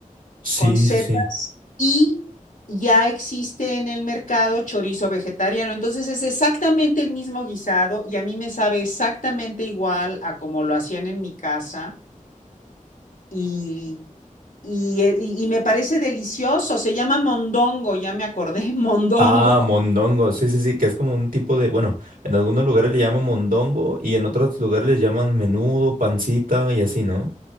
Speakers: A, on the right; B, on the left.
A: Sí,
B: con setas
A: sí, sí.
B: y... Ya existe en el mercado chorizo vegetariano, entonces es exactamente el mismo guisado y a mí me sabe exactamente igual a como lo hacían en mi casa y, y, eh, y, y me parece delicioso. Se llama mondongo, ya me acordé, <laughs> mondongo.
A: Ah, mondongo, sí, sí, sí, que es como un tipo de, bueno, en algunos lugares le llaman mondongo y en otros lugares le llaman menudo, pancita y así, ¿no?